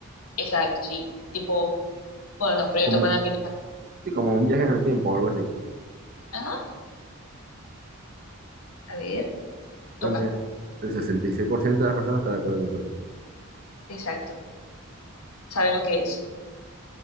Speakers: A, on the left; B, on the right.
A: Exacto, sí. Tipo, bueno, no, proyecto
B: como,
A: humano que no.
B: sí, como un viaje en el tiempo o algo así.
A: Ajá, A ver,
B: Bueno,
A: toca.
B: mira, el 66% de las personas está de acuerdo con nosotros.
A: Exacto. Saben lo que es.